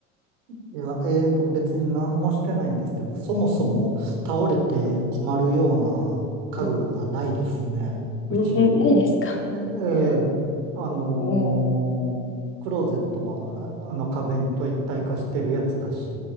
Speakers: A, on the right; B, on the left.
A: いや、えーと、別に何もしてないんですけど、そもそも倒れて困るような家具がないですね。
B: うん。
A: うち。
B: うん、
A: え、
B: ないですか
A: ええ、あのークローゼットは、
B: おー
A: あの壁と一体化してるやつだし、